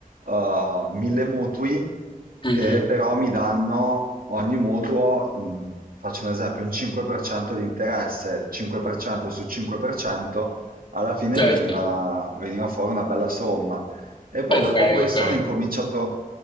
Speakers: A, on the right (about 85°); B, on the left (about 35°).
A: eh, mille mutui
B: mhm,
A: che però mi danno ogni mutuo, mh, faccio un esempio, un 5% di interesse, 5% su 5%, alla fine
B: certo,
A: veniva, veniva fuori una bella somma. E poi
B: ok,
A: dopo questo
B: ok.
A: hanno incominciato,